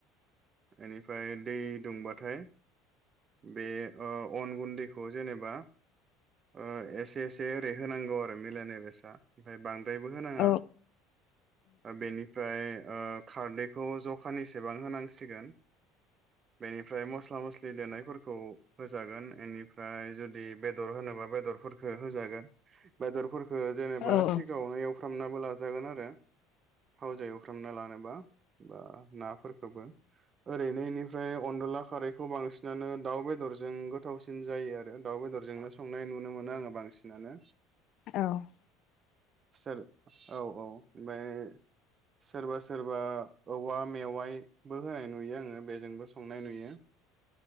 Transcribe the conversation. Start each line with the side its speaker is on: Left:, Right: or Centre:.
Right: बेनिफ्राय दै दुंबाथाय बे अ अन गुन्दैखौ खौ जेनेबा ओ एसे एसे रेहोनां गौ आरो मिलानाय <unintelligible> सा <unintelligible> द्रायबो होनाङा
Left: औ
Right: बेनिफ्राय ओ खारदैखौ जखानिसेबां होनांसिगोन बेनिफ्राय मस मस्ला मस्लि देनायफोरखौ होजागोन बेनिफ्राय जुदि बेदर होनोबा बेदरफोरखौ होजागोन बेदरफोर खौ जेनेबा
Left: औ
Right: सिगां आवनो एव फ्राम नाबो लाजागोन आरो थाव जायो एफ्रामना लानोबा बा नाफोरखौबो ओरैनो इनिफ्राय अनदला खारैखौ बांसिनानो दाउ बेदरजों गोथावसिन जायो आरो दाउ बेदरजोंनो संनाय नुनो मोनो आङो बांसिनानो
Left: औ
Right: सोर औ औ ओमबाय सोरबा सोरबा औवा मेवाइबो होनाय नुयो आङो बेजोंबो संनाय नुयो